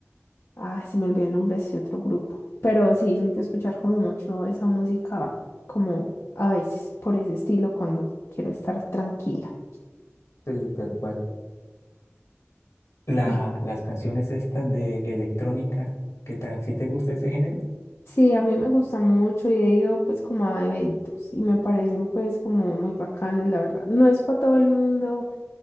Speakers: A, on the left; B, on the left.
A: Ay, se me olvidó el nombre de ese otro grupo. Pero sí, soy de escuchar como mucho esa música, como a veces por ese estilo cuando quiero estar tranquila.
B: Sí, tal cual. La,
A: Y
B: las canciones estas de electrónica, ¿qué tal? ¿Sí te gusta ese género?
A: sí, a mí me gusta mucho y he ido pues como a eventos y me parecen pues como muy bacanas, la verdad. No es para todo el mundo